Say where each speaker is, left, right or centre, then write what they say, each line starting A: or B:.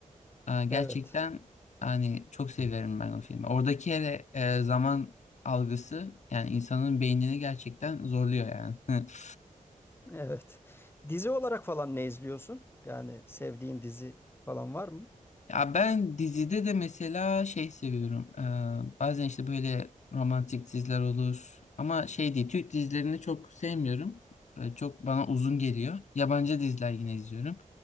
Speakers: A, on the left; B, on the left.
A: Aa, gerçekten
B: evet.
A: hani çok severim ben o filmi. Oradaki hele e, zaman algısı yani insanın beynini gerçekten zorluyor yani. <laughs>
B: Evet. Dizi olarak falan ne izliyorsun? Yani sevdiğin dizi falan var mı?
A: Ya ben dizide de mesela şey seviyorum. Ee, bazen işte böyle romantik diziler olur. Ama şey değil, Türk dizilerini çok sevmiyorum. Ee, çok bana uzun geliyor. Yabancı diziler yine izliyorum.